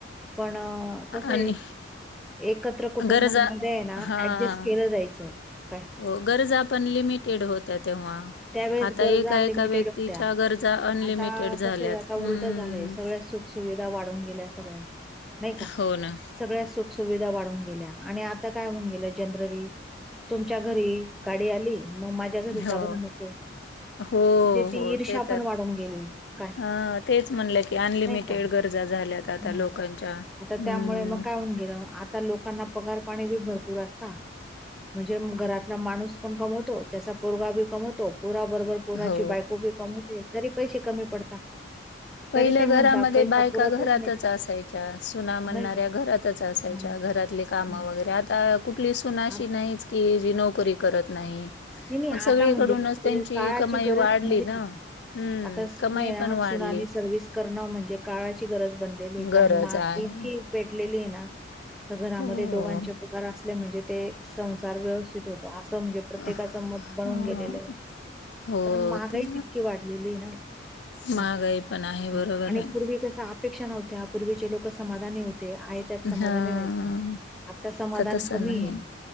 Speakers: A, in the centre; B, on the left (about 65°).
A: पण कस
B: आणि
A: आहे एकत्र कुटुंबामध्ये
B: गरजा
A: आहे ना
B: हां.
A: ऍडजस्ट केलं जायचं काय
B: हो गरजा पण लिमिटेड होत्या तेव्हा
A: त्यावेेळेस
B: आता
A: गरजा
B: एका-एका
A: लिमिटेड
B: व्यक्तीच्या
A: होत्या
B: गरजा अनलिमिटेड
A: आता
B: झाल्यात.
A: कसं आहे आता
B: हं.
A: उलट झालंय सगळ्या सु सुविधा वाढून गेल्या सगळ्यां नाही का
B: हो ना.
A: सगळ्या सुख सुुविधा वाढून गेल्या आणि आता काय होऊन गेलं जनरली तुमच्या घरी ये गाडी आली मग माझ्या घरी
B: हो.
A: का बर नको.
B: हो,
A: म्हणजे ती
B: हो.
A: ईर्षा
B: ते तर
A: पण वाढून गेली. काय
B: हा तेच म्हणलं की अनलिमिटेड
A: नाही.
B: गरजा झाल्यात आता लोकांच्या. हम्म
A: आता त्यामुळे मग काय होऊन गेलं. आजकाल लोकांना पगार पाणी बी भरपूर अस ता. म्हणजे घरातला माणूस पण कमवतो. त्याचा पोरगा बी कमवतो. पोराबरोबर पोराची
B: हो
A: बायको बी कमवते तरी पैसे कमी पडता.
B: पहिलं
A: तरी ते म्हणता
B: घरामध्ये
A: पैसा
B: बायका
A: पुरतच
B: घरातच
A: नाही
B: असायच्या. सुना म्हणणाऱ्या
A: नाही का
B: घरातच असायच्या.
A: हं,
B: घरातले कामं
A: हं.
B: वगैरे, आता कुठली सुन अशी
A: आ
B: नाहीच की जी नोकरी करत नाही.
A: नाही नाही.
B: मग सगळीकडूनच
A: आता म्हणजे कस
B: त्यांची
A: काळाची
B: कमाई
A: गरज
B: वाढली
A: बनल्या.
B: ना हम्म
A: आता सुन
B: कमाई
A: आहे ना,
B: पण वाढली
A: सुनानी सर्व्हिस करणं म्हणजे काळाची गरज बन लई बेकार
B: गरज
A: आणि महाग
B: आहे
A: बी इतकी पेटलेली आहे ना. तर घरामध्ये
B: हो.
A: दोघांचे पगार असले म्हणजे ते संसार व्यवस्थित होतो. असं म्हणजे प्रत्य
B: हा
A: प्रत्येकाचं मत बनून गेलेलं आहे.
B: हो
A: कारण महागाईच
B: ते
A: इतकी वाढलेली आहे ना. काय
B: महागाई पण आहे बरोबर
A: मग आणि
B: आहे
A: पूर्वी कस ह अपेक्षा नव्हत्या. पूर्वीचे लोक समाधानी होते. आहेत. त्यात समाधानी
B: हा.
A: राहायचं. आता समाधान
B: तसं
A: कमी
B: नाही.
A: आहे